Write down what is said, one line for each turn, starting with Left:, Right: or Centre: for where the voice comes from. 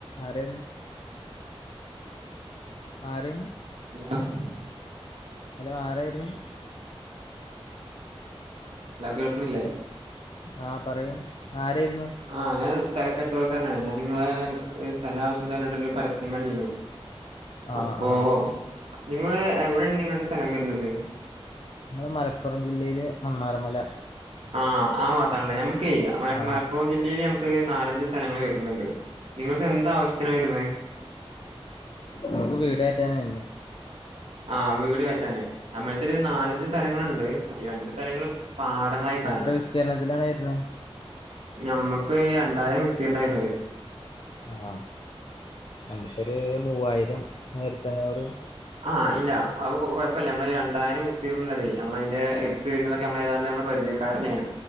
Left: ആേ ആറേ നീ
Right: hello <unintelligible>
Left: hello ആരായിരുന്നു
Right: എാ കേൾക്കണില്ലേ
Left: ആഹ് പറയൂ ആരായിരുന്നു
Right: ആഹ ഞാൻ തലക്കച്ചോടക്കാരനാണ് ഞാൻ നിങ്ങള് ഒരു സ്ഥലം ആവശ്യംന്ന് പറഞ്ഞട്ട ഒരു പരസ്യം കണ്ടിു
Left: ആ
Right: അപ്പോൊ
Left: ആ
Right: നിങ്ങള് എവിടെയാണ് നിങ്ങളുടെ സ്ഥലം വരുന്നത്
Left: നമ്മള് മലപ്പുറം ജില്ലയില് മണ്ണാർമല
Right: ആഹ ആ വാത്രാല്ലേ നമുക്ക്
Left: ആ
Right: മലപ്പുറം ജില്ലയില് നമക്കൊരു നാലഞ്ച സ്ഥലങ്ങൾ വരുന്നുണ്ട് നിങ്ങൾക്ക് എന്താ ആവശ്യത്തിന വരുന്ന
Left: നമക്ക് വീട ആറ്റാനായിരുന്നു
Right: ആഹ വീട് പറ്റാനേ നമ്മഴത്തെ ഒരു നാലഞ്ച് സ്ഥലങ്ങളുണ്ട് ണ്ട് രണ്ട് സ്ഥലങ്ങള് പാടങ്ങളായി കാാണ്
Left: എത്ര വിസ്തീർണത്തിലാണ് വരുന്നെ
Right: ഞമ്മക്ക് രണ്ടായിരം വിസ്തീർണമായിരുന്നത്
Left: ആഹ നമുക്കൊരു മൂവായിരം വരുത്തഞ്ഞറ്
Right: ആഹ ഇല്ല അത് കുഴപ്പമില്ല നമ്മള് രണ്ടരം വിസ്തീർണുള്ളല്ലതേ നമ്മള അതിന്റെറെ എടുത്ത് വരുന്നതൊക്കെ നമ്മള ഏതാണ്ട് നമ്മ പരിചയം കാരണയാണ്